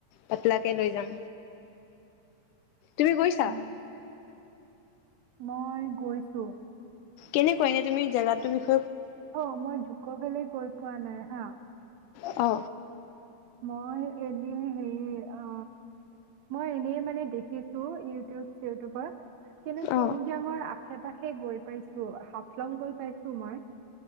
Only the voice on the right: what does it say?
উম। মই গৈছো।
অ মই জুক ভলিত গৈ পোৱা নাই হা।
মই এনেই হেৰি অ মই এনেই মানে দেখিছো ইউটিউব চি। কিন্তু
তুম জাঙৰ আশা আশে পাশে গৈ পাইছো। লং গৈ পাইছো মই